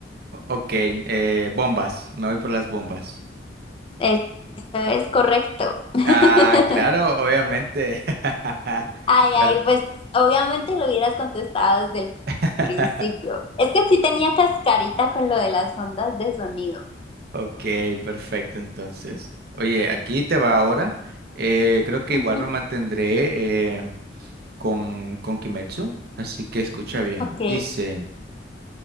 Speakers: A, on the right (about 60°); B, on the left (about 30°).
A: o- Ok, eh, bombas. Me voy por las bombas.
B: Eso es correcto. <laughs>
A: Ah, claro, obviamente. <laughs>
B: Ay,
A: Pero...
B: ay, pues obviamente lo hubieras contestado desde el
A: <laughs>
B: principio. Es que sí tenía cascarita con lo de las ondas de sonido.
A: Ok, perfecto. Entonces, oye, aquí te va ahora. Eh, creo que
B: Ujú,
A: igual me mantendré eh, con, con Kimetsu, así que escucha bien.
B: Ok.
A: Dice,